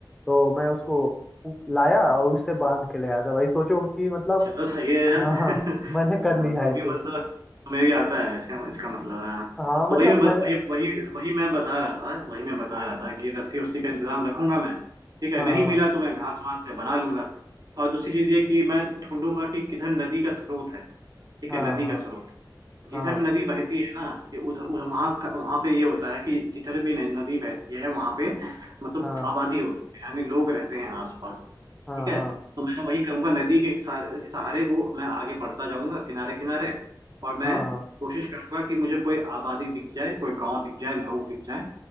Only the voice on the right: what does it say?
चलो सही है यार
<laughs>
हाँ,
तुम
भी मतलब तुम्हें भी आता है इसका इसका मतलब है हाँ।
तो वही मैं ब-
वही वही वही मैं बता रहा था वही मैं बता रहा था कि रस्सी उस्सी का इंतजाम रखूंगा मैं ठीक है
नहीं मिला तो मैं घास वास से बना लूंगा और दूसरी चीज ये कि मैं ढूंढूंगा कि किधर नदी का स्रोत है ठीक
है नदी
का स्रोत जिधर
नदी बहती है ना ये उधर उधर वहाँ का- वहाँ पे ये होता है कि जिधर भी न- नदी बहती है वहाँ पे मतलब
आबादी होती है यानी लोग रहते हैं आसपास
ठीक है तो मैं वही करूंगा नदी के सहारे सहारे वो मैं आगे बढ़ता जाऊंगा किनारे किनारे और मैं
कोशिश करूंगा कि मुझे कोई आबादी दिख जाए कोई गांव दिख जाए लोग दिख जाए